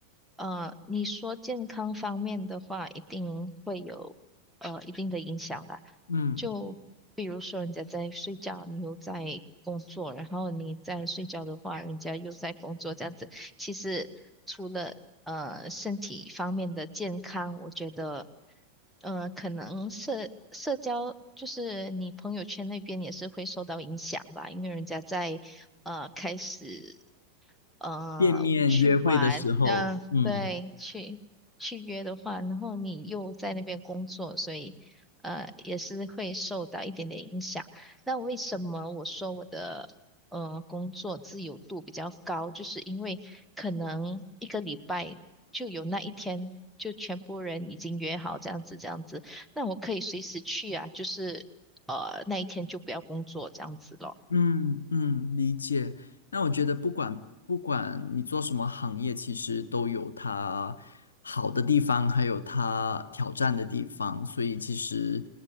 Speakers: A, in the centre; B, on the left (about 70°).
A: 呃，你说健康方面的话，一定会有呃一定的影响啦。
B: 嗯，
A: 就比如说，人家在睡觉，你又在工作，然后你在睡觉的话，人家又在工作，这样子。其实除了呃身体方面的健康，我觉得，呃，可能社社交就是你朋友圈那边也是会受到影响吧，因为人家在呃开始。呃去玩，
B: 见面约会的时候，
A: 嗯，
B: 嗯。
A: 对去去约的话，然后你又在那边工作，所以呃也是会受到一点点影响。那为什么我说我的呃工作自由度比较高，就是因为可能一个礼拜就有那一天。就全部人已经约好这样子，这样子，那我可以随时去啊，就是呃那一天就不要工作这样子咯。
B: 嗯嗯，理解。那我觉得不管不管你做什么行业，其实都有它好的地方，还有它挑战的地方。所以其实，